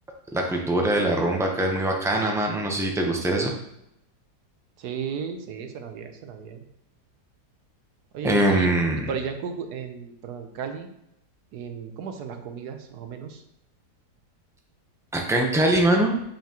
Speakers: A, in the centre; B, on the right.
A: la cultura de la rumba acá es muy bacana, mano, no sé si te gusta eso.
B: Sí, sí, suena bien, suena bien. Oye,
A: Em,
B: y, y para Yancu, en, perdón, en Cali, en, ¿cómo son las comidas, más o menos?
A: acá en Cali, mano.